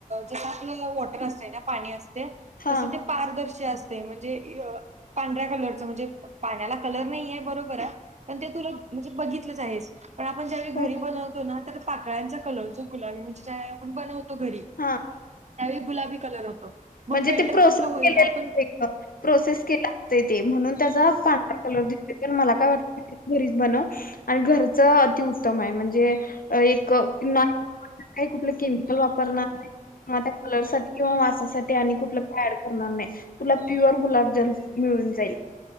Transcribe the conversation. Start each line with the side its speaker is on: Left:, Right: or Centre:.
Right: जसं आपलं वॉटर असतय ना पाणी अस-
Left: हा
Right: तस ते पारदर्शी असते म्हणजे अ पांढऱ्या कलरचं म्हणजे पाण्याला कलर नाही आहे बरोबर आहे. पण ते तुला म्हणजे बघितलंच आहेस- तर आपण ज्यावेळी
Left: हो
Right: घरी
Left: हो
Right: बनवतो ना तर पाकळ्यांचा कलर जो गुलाबी म्हणजे ज्यावेळेला आपण बनवतो घरी-
Left: हा
Right: त्यावेळी गुलाबी कलर होतो मग
Left: म्हणजे
Right: बेटर
Left: ते प्रोसेस
Right: कुठलं होईल
Left: केलेलं
Right: आपण
Left: प्रोसेस केला ते म्हणून त्याचा पांढरा कलर दिस मला काय वाटतय- घरीच बनव आणि घरच अतिउत्तम हाय म्हणजे ए- नाही काही कुठलं केमिकल वापरणार नाही किंवा त्या कलर साठी किंवा वासासाठीकल ते आणि कुठल काय ऍड करणारनाय तुला प्युअर गुलाबजल मिळून जाईल.